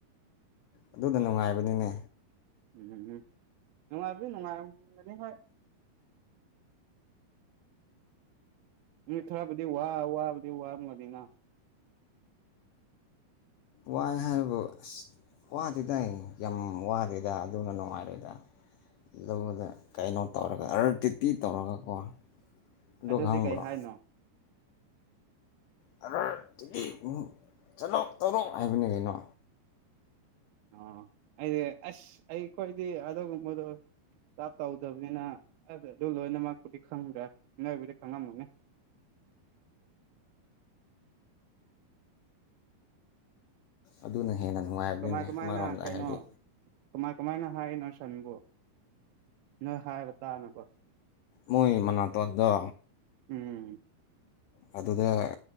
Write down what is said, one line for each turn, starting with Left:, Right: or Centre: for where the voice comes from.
Left: ꯑꯗꯨꯗ ꯅꯨꯡꯉꯥꯏꯕꯅꯤꯅꯦ꯫
Right: ꯎꯝ <unintelligible> ꯅꯨꯡꯉꯥꯏꯗꯤ ꯅꯨꯡꯉꯥꯏꯔꯝꯒꯅꯤ ꯍꯣꯏ ꯃꯤ ꯈꯔꯕꯨꯗꯤ ꯋꯥ ꯋꯥꯕꯨꯗꯤ ꯋꯥꯔꯝꯃꯅꯤꯅ <unintelligible> <inaudible>
Left: ꯋꯥꯏ ꯍꯥꯏꯕꯕꯨ ꯑꯁ ꯋꯥꯗꯦꯗ ꯑꯩ ꯌꯥꯝ ꯋꯥꯗꯦꯗ ꯑꯗꯨꯅ ꯅꯨꯡꯉꯥꯏꯔꯣꯏꯗ ꯑꯗꯨꯗ ꯀꯩꯅꯣ ꯇꯧꯔꯒ ꯑꯔꯇꯤꯇꯤ ꯇꯧꯔꯒꯀꯣ꯫ ꯑꯗꯨ
Right: ꯑꯗꯨꯗꯤ
Left: ꯈꯪꯕ꯭ꯔꯣ
Right: ꯀꯩ ꯍꯥꯏꯅꯣ
Left: ꯑ <unintelligible> ꯇꯤ ꯇꯤ ꯆꯠꯂꯣ ꯇꯧꯔꯣ ꯍꯥꯏꯕꯅꯤ ꯀꯩꯅꯣ
Right: ꯑ ꯑꯩꯗꯤ ꯑꯁ ꯑꯩ ꯑꯈꯣꯏꯗꯤ ꯑꯗꯨꯒꯨꯝꯕꯗꯣ꯫ ꯇꯧꯗꯕꯅꯤꯅ ꯑ ꯑꯗꯨ ꯂꯣꯏꯅꯃꯛꯄꯨꯗꯤ ꯈꯪꯗ꯭ꯔꯦ ꯅꯣꯏꯕꯨꯗꯤ ꯈꯪꯉꯝꯃꯅꯤ꯫
Left: ꯑꯗꯨꯅ ꯍꯦꯟꯅ ꯅꯨꯡꯉꯥꯏꯕꯗꯨꯅꯦ
Right: ꯀꯃꯥꯏ ꯀꯃꯥꯏꯅ
Left: ꯑꯃꯔꯣꯝꯗ
Right: ꯀꯩꯅꯣ
Left: ꯍꯥꯏꯗꯤ
Right: ꯀꯃꯥꯏ ꯀꯃꯥꯏꯅ ꯍꯥꯏꯅꯣ ꯁꯟꯕꯨ ꯅꯣꯏ ꯍꯥꯏꯕ ꯇꯥꯅꯕ꯫
Left: ꯃꯣꯏ ꯃꯅꯥꯇꯣꯟꯗ
Right: ꯎꯝ
Left: ꯑꯗꯨꯗ